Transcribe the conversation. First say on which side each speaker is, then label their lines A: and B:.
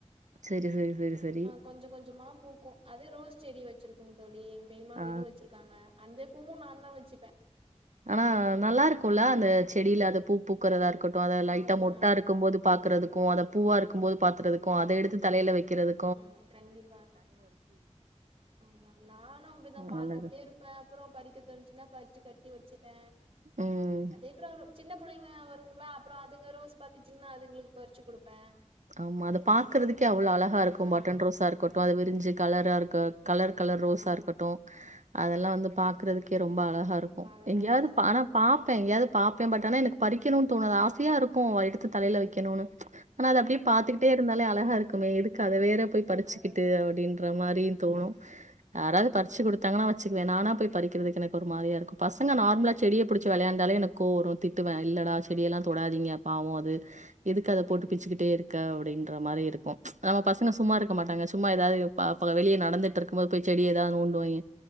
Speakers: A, on the right; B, on the right.
A: செரி செரி செரி செரி
B: கொஞ்ச கொஞ்சமா பூக்கு அதே ரோஸ் செடி வச்சிருக்தோழி எங்க பொரியம்மா
A: ஆ.
B: வீடு வச்சிரு க்காங்க அந்த பூவும் நா தா வச்சுப்ப
A: ஆனா நல்லா இருக்குல அந்த செடியில அது பூ பூக்குறதா இருக்கட்டு அத லைட்டா
B: ஆமாம்
A: மொட்டா இருக்கும் போது பாக்கறதுக்கு அத பூவா இருக்குபோது பாத்துறதுக்கு அத எடுத்து தலையில வைக்கிறது
B: ஆமா கண்டிப்பா ஆமா நானு அப்படிதா பாத்துக்கிட்டே
A: நல்லது.
B: இருப் பா அப்றோ பறிக்க தோணுச்சுன்னா பறிச்சு கட்டி வச்சுப்பே
A: ம்.
B: அதே ப்ராப்ளம் சின்ன பிள்ளைங்க வருங்களா அப்றோ அதுங்க ரோஸ் பாத்துச்சிங்கன்னா அதுங்களுக்கு பறிச்சு குடுப்பே
A: ஆமா அத பாக்குறதுக்கே அவ்ளோ அழகா இருக்கு
B: ஆ
A: பட்டன் ரோஸா இருக்கட்டு அது விரிஞ்சு கலரா இருக்கு கலர் கலர் ரோஸா
B: ஆமா
A: இருக்கட்டு அதெல்லா வந்து பாக்கறதுக்கே ரொம்ப அழகாக இருக்கு
B: ஆமா
A: இருக்கு எங்கயாவது
B: அழகாதா
A: பானா பாப்பே எங்கயாவது பாப்பே பட் ஆனா எனக்கு பரிக்கன்னனு தோணாது ஆசையா இருக்கு எடுத்து தலையில வைக்கணும்னு ஆனா அது அப்டி இருந்தாலே அழகா இருக்குமே எதுக்கு அத வேற போய் பறிச்சுக்கிட்டு
B: அது ம்
A: அப்டின்ற மாதிரியு தோணு யாராவது பறிச்சு கொடுத்தாங்கன்னா வச்சுக்குவே நானா போய் பறிக்கிறதுக்கு எனக்கு ஒரு மாரியா இருக்கு பசங்க நார்மலா செடிய புடிச் விளையாண்டாலே எனக்கு கோவ வரும் ஒரு திட்டுவே இல்லடா செடியெல்லா தொடாதீங்க பாவோ அது எதுக்கு அத போட்டு பிச்சுக்கிட்டே இருக்க அப்டின்ற மாரி இருக்கு நம்ம பசங்க சும்மா இருக் க்க மாட்டாங்க சும்மா எதாவது பாப்பாங்க வெளியே நடந்துட்டு இருக்கும் போது போய் செடி ஏதாவது நேண்டுவாங்க